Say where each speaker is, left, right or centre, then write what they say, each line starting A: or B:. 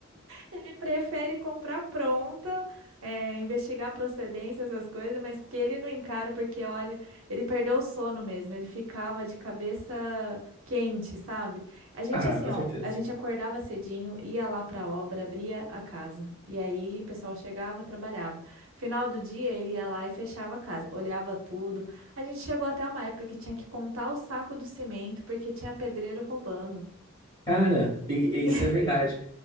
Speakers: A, on the right (about 65°); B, on the left (about 20°).
A: Ele prefere comprar pronta, é, investigar procedência, essas coisas, mas que ele não encara, porque olha, ele perdeu o sono mesmo, ele ficava de cabeça quente, sabe? A gente,
B: Ah,
A: assim,
B: com certeza.
A: ó, a gente acordava cedinho, ia lá pra obra, abria a casa, e aí o pessoal chegava, trabalhava. Final do dia, ele ia lá e fechava a casa, olhava tudo. A gente chegou até uma época que tinha que contar o saco do cimento, porque tinha pedreiro roubando.
B: Cara, e- e isso
A: <laughs>
B: é verdade.